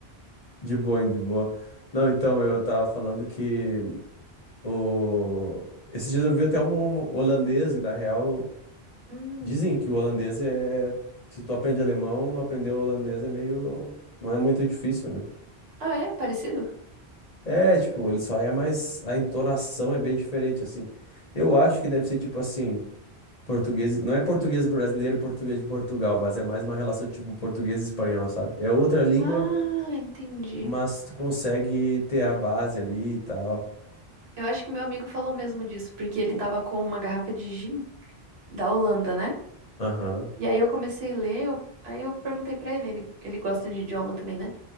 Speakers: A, on the left; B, on the right.
A: De boa, de boa. Não, então, eu tava falando que o... esses dias eu vi até um um holandês, e da real,
B: Hum.
A: dizem que o holandês é. Se tu aprende alemão, aprender o holandês é meio. Não é muito difícil, né?
B: Ah, é? Parecido?
A: É, tipo, ele só é mais. A entonação é bem diferente, assim. Eu acho que deve ser tipo assim. Português, não é português brasileiro e português de Portugal, mas é mais uma relação tipo português e espanhol, sabe? É outra língua,
B: Ah, entendi.
A: mas tu consegue ter a base ali e tal.
B: Eu acho que meu amigo falou mesmo disso, porque ele tava com uma garrafa de gin da Holanda, né?
A: Aham,
B: E aí eu comecei a ler, eu- aí eu perguntei pra ele, ele, ele gosta de idioma também, né?